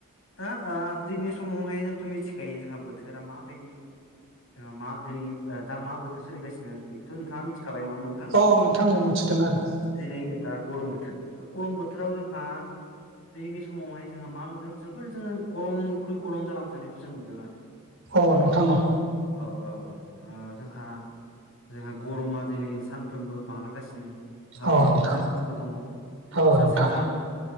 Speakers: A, on the left; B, on the right.
A: दा ओ दिनै समावहाय जोंथ' मिथिखायो जोंहा बोथोरा माबायदि। जोंहा मा दिनै दा मा बोथोर सोलिगासिनो बेखौथ' नोंथाङा मिथिखाबाय नङा होन
B: औ नोंथांखौ मोनथिदों आरो।
A: दिनै दा गरम बोथोर' गरम बोथोराव जोंहा दिनैनि समावहाय जोंहा मा नुदों जोबोर जोङो गरमनिख्रुइ गरम जालांबाय थानायनायखौ जों नुदों आरो। <inaudible>
B: औ नोंथां औ।
A: औ औ जोंहा। जोंहा गरमा दिनै सानफ्रोमबो बांलांगासिनो। जोंहा
B: औ
A: बेनिबो
B: नोंथां
A: जाहोनफोर दङ। दा
B: औ नोंथां
A: जोंहा